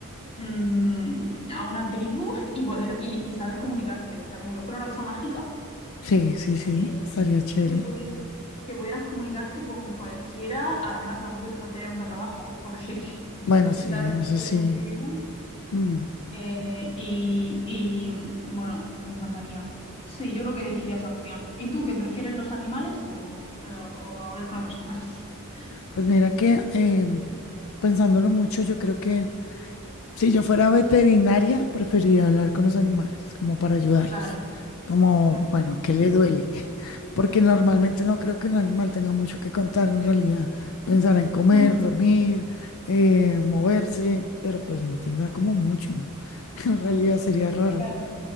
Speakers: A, on the left (about 25°); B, on the left (about 65°).
A: mm, a una tribu y poder y, y saber comunicarte, o sea, como que fuera una cosa mágica,
B: Sí, sí, sí.
A: eh,
B: Estaría chévere.
A: que pudiera, que pudieras comunicarte con cualquiera. Además, tampoco te faltaría nunca trabajo, porque <laughs> si,
B: Bueno,
A: si
B: sí,
A: sabes hablar
B: eso
A: todos
B: sí.
A: los idiomas.
B: Mm.
A: Eh, y, y, mm, bueno, me encantaría. Sí, yo creo que elegiría esa opción. ¿Y tú, qué prefieres los animales o, o- o hablar con las personas? <laughs>
B: Pues mira que em, pensándolo mucho, yo creo que Si yo fuera veterinaria, preferiría hablar con los animales, como para ayudarlos.
A: Claro,
B: Como,
A: claro.
B: bueno, ¿qué le duele? <laughs> Porque normalmente no creo que un animal tenga mucho que contar en realidad. Pensará en comer,
A: Mm,
B: dormir, eh, moverse, pero pues no tendrá como mucho. <laughs> En realidad sería raro.
A: claro,